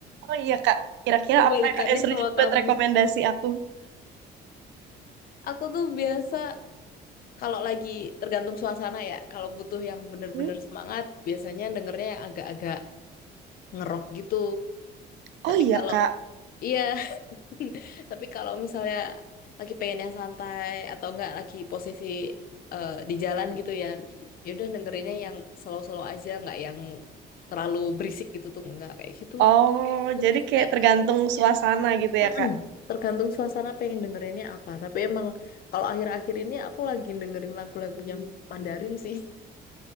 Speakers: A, on the right; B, on the left.
A: Oh iya kak, kira-kira
B: Kebalikannya
A: apa yang kak yang seru
B: sama
A: jadi
B: kamu.
A: buat rekomendasi aku?
B: Aku tuh biasa Kalau lagi tergantung suasana ya, kalau butuh yang bener-bener
A: Hmm?
B: semangat, biasanya dengernya yang agak-agak ngerok gitu.
A: Oh
B: Tapi
A: iya
B: kalau
A: kak.
B: iya, <laughs> tapi kalau misalnya lagi pengen yang santai atau enggak lagi posisi eh, di jalan gitu ya, ya udah dengerinnya yang slow-slow aja, nggak yang terlalu berisik gitu tuh enggak kayak gitu.
A: Oh,
B: Aku
A: jadi
B: biasanya
A: kayak tergantung suasana gitu
B: Mm-mm.
A: ya kak?
B: tergantung suasana pengen dengerinnya apa. Tapi emang kalau akhir-akhir ini aku lagi dengerin lagu-lagunya Mandarin sih.